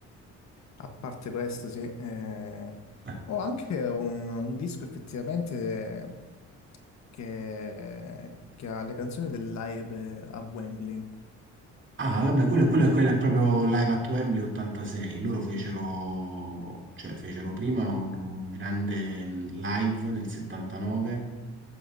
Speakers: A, on the left; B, on the right.
A: A parte questo, sì, eh,
B: Eh.
A: ho anche un, un disco effettivamente che, che ha le canzoni del live a Wembley.
B: Ah, vabbè, quello, quello- quello è proprio Live at Wembley 86. Loro fecero, cioè, fecero prima un grande mm, live nel 79